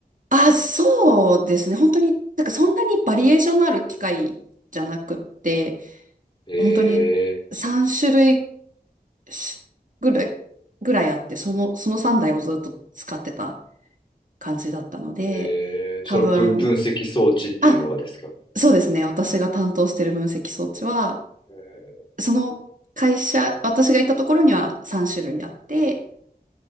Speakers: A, on the right; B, on the left.
A: あ、そうですね。本当に、なんかそんなにバリエーションのある機械じゃなくって、
B: え
A: 本当に3種類しぐらい、ぐらいあって、その、その3台をずっと使ってた感じだったので、
B: ー、えー、
A: 多分、
B: その分、分析装置っていうのがですか
A: あ、そうですね。私が担当してる分析装置は、
B: え
A: その会社、私がいたところには3種類あって、